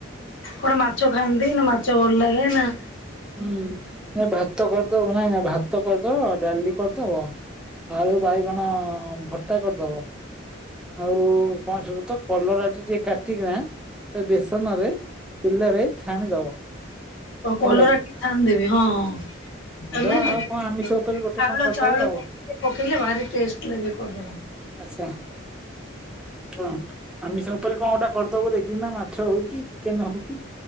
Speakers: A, on the left; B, in the centre.
A: କଣ ମାଛ ଖାଆନ୍ତି? ନାଁ ମାଛ ଭଲ ଲାଗେ ନାଁ
B: ହୁଁ ନାଇଁ ଭାତ କରିଦବ ନାଇଁ ନାଇଁ ଭାତ କରିଦବ ଡାଲି କରିଦବ। ଆଳୁ ବାଇଗଣ ଭର୍ତ୍ତା କରିଦବ। ଆଉ କଣ ସବୁତ କଲରା ଟିକେ କାଟିକି ନା ତାକୁ ବେସ ନରେ ତେଲରେ ଛାଣିଦବ।
A: ତ କଲରା
B: ହେଲା କି
A: ଟି ଛାଣିଦେବି ହଁ ହଁ। ଆମେ
B: ଦବ
A: ବି
B: ଆଉ
A: ଚାଉଳ
B: କଣ ଆମିଷ ଉପରେ ଗୋଟେ କଣ କରିଦବ
A: ଚାଉଳ
B: ଆଉ
A: ପକେ ପକେଇଲେ ଭାରି ଟେଷ୍ଟ ଲାଗେ କଲରା। <unintelligible>
B: ଆଚ୍ଛା <inaudible> କଣ ଆମିଷ ଉପରେ କଣ ଗୋଟା କରିଦବ ଦେଖି କିନା ମାଛ ହଉ କି ଚିକେନ୍ ହଉ କି